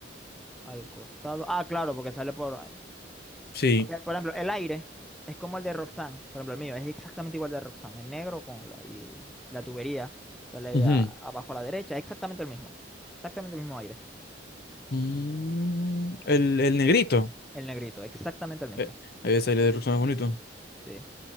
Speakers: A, in the centre; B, on the left.
A: Al costado, ah, claro, porque sale por,
B: Sí.
A: Porque, por ejemplo, el aire es como el de Roxanne. Por ejemplo, el mío es exactamente igual al de Roxanne. El negro con la, y la tubería sale
B: Ujú.
A: a- abajo a la derecha. Exactamente el mismo. Exactamente el mismo aire.
B: Mm, el, el negrito.
A: El negrito, exactamente el mismo.
B: Eh, ese de Ruxana es bonito.
A: Sí.